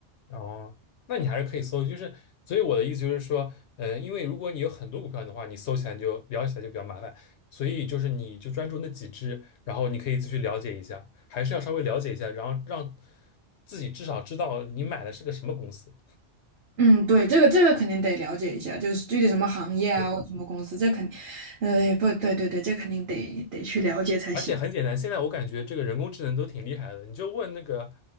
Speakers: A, on the left; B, on the right.
A: 哦，那你还是可以搜，就是所以我的意思就是说，呃，因为如果你有很多股票的话，你搜起来就聊起来就比较麻烦，所以就是你就专注那几只，然后你可以自己去了解一下，还是要稍微了解一下，然后让自己至少知道你买的是个什么公司。
B: 嗯，对，这个这个肯定得了解一下，就是具体什么行业啊，
A: 对，
B: 或者什么公司，这肯定，呃，不对，对对，这肯定得得去了解才行。
A: 而且很简单，现在我感觉这个人工智能都挺厉害的，你就问那个